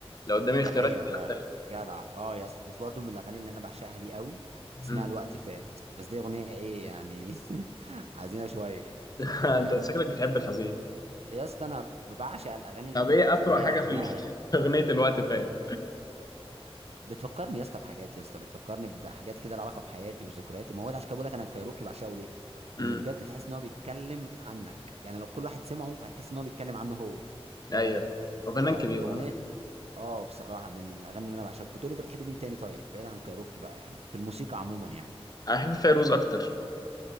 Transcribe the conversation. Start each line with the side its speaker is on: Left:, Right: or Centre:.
Left: لو قدامي
Right: دي
Left: اختيارات
Right: حقيقه
Left: كتير
Right: فعلا
Left: هحضر لكايروكي
Right: جدع اه يا اسطى وبرده من الاغاني اللي انا بعشقها ليه قوي اسمها
Left: أمم.
Right: الوقت فات بس دي اغنيه ايه يعني <laughs> حزينه شويه
Left: <laughs>
Right: فاهم
Left: انت شكلك بتحب الحزين
Right: يا اسطى انا بعشق الاغاني اللي
Left: طب ايه اسوأ
Right: اللي هي
Left: حاجه
Right: رتمها
Left: في ال- <laughs> في اغنيه الوقت فات
Right: بتفكرني يا اسطى بحاجات يا اسطى بتفكرني بحاجات كده لها علاقه بحياتي وذكرياتي ما هو ده عشان كده بقول لك انا كايروكي بعشقه ليه؟
Left: امم
Right: لانه بجد تحس ان هو بيتكلم عنك يعني لو كل واحد سمعه هيحس ان هو بيتكلم عنه هو
Left: ايوه
Right: بجد
Left: وفنان
Right: فالاغنيه
Left: كبير والله
Right: اه بصراحه من الاغاني اللي انا بعشقها بتقول انت بتحب مين تاني طيب بعيدا عن كايروكي بقى يعني في الموسيقى عموما يعني
Left: انا بحب فيروز اكتر